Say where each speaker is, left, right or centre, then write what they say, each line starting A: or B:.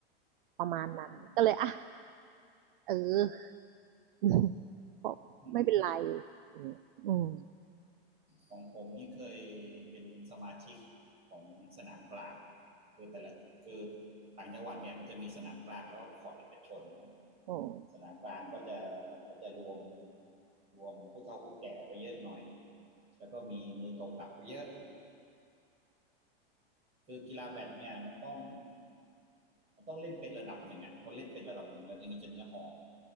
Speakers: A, on the right; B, on the right.
A: ประมาณนั้นก็เลยอ่ะ
B: อืม
A: เออ <laughs> อกไม่เป็นไร
B: อืม
A: อมอืม
B: ของผมนี่เคยเป็นสมาชิกของสนามกลางคือแต่ละคือต่างจังหวัดเนี่ยมันจะมีสนามกลางแล้วก็ขอดเอกชนนะ
A: อืม
B: สนามกลางก็จะก็จะรวมรวมผู้เฒ่าผู้แก่ไว้เยอะหน่อยแล้วก็มีมือเก่าๆเยอะคือกีฬาแบดเนี่ยมันต้องมันต้องเล่นเป็นระดับหนึ่งอ่ะพอเล่นเป็นระดับหนึ่งแล้วทีนี้จะเนื้อหอ